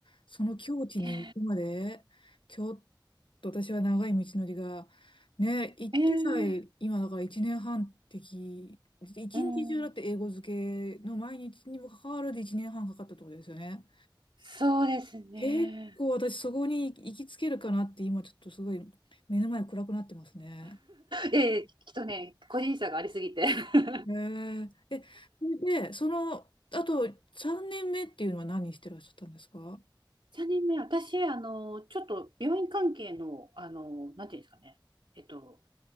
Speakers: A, on the left; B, on the right.
A: その境地に行くまで、
B: ね
A: ちょっと私は長い道のりが、ね、行ってさえ今だから1年半的、
B: ええ
A: 一日中だって英語漬けの毎日にもかかわらず1年半かかったってことですよね。
B: うん。そうですね。
A: 結構私そこに行きつけるかなって今ちょっとすごい目の前暗くなってますね。
B: いやいや、きっとね、個人差がありすぎて。<laughs>
A: へえ。え、それで、その、あと3年目っていうのは何してらっしゃったんですか
B: 3年目、私、あの、ちょっと病院関係の、あの、なんていうんですかね、えっと、